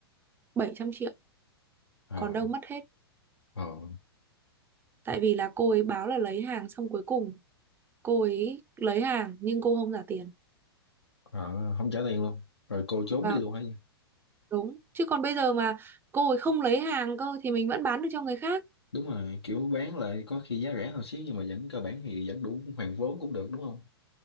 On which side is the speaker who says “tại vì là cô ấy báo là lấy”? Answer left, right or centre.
Right